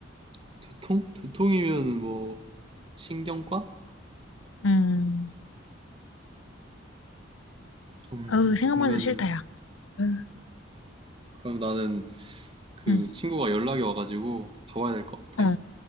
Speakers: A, on the right; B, on the left.
A: <laughs> 두통? 두통이면은 뭐 신경과?
B: 음,
A: 음,
B: 어우, 생각만
A: 그러면은
B: 해도 싫다, 야. 응,
A: 그럼 나는 그
B: 응,
A: 친구가 연락이 와가지고 가봐야 될 것 같아.
B: 어.